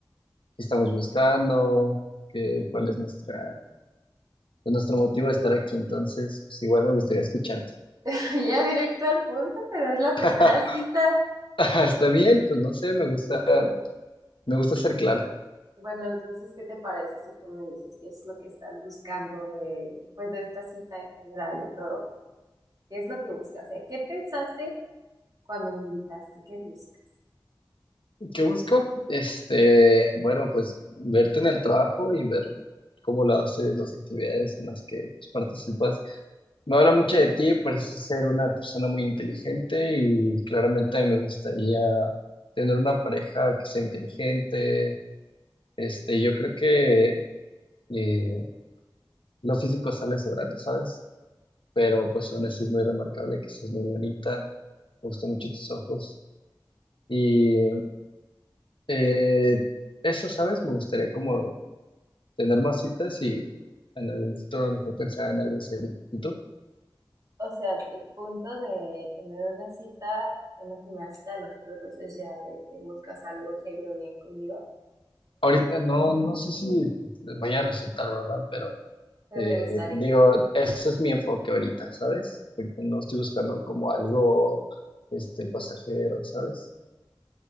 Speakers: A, on the left (about 80°); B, on the right (about 45°).
A: estamos buscando, que, cuál es nuestra, pues, nuestro motivo de estar aquí. Entonces, pues igual me gustaría escucharte.
B: <laughs> Ya directo al punto, pero es la primera
A: <laughs>
B: cita.
A: Está bien, pues no sé, me gusta, me gusta ser claro.
B: Bueno, entonces, ¿qué te parece si tú me dices qué es lo que estás buscando de, pues, de esta cita en general, de todo? ¿Qué es lo que buscas? O sea, ¿qué pensaste cuando me invitaste? ¿Qué buscas?
A: ¿Qué busco? Este, bueno, pues verte en el trabajo y ver cómo lo haces, las actividades en las que pues, participas. Me habla mucho de ti, pues ser una persona muy inteligente y claramente me gustaría tener una pareja que sea inteligente. Este, yo creo que eh, lo físico sale sobrando, ¿sabes? Pero pues Vanessa es muy remarcable, que es muy bonita, me gustan mucho tus ojos. Y eh, eso, ¿sabes? Me gustaría como tener más citas y en algún futuro a lo mejor pensar en algo serio. ¿Y tú?
B: O sea, tu punto de tener una cita, una primera cita de nosotros dos es ya de que buscas algo serio bien conmigo,
A: Ahorita no, no sé si les vaya a resultar, ¿verdad? Pero
B: pero
A: eh,
B: te gustaría.
A: digo, ese es mi enfoque ahorita, ¿sabes? Ahorita no estoy buscando como algo este, pasajero, ¿sabes?